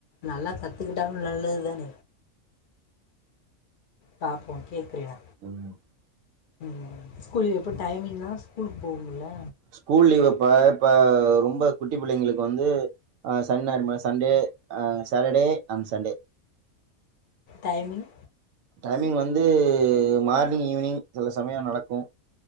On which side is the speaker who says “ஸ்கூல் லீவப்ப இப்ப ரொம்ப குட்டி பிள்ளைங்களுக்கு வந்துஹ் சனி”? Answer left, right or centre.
Right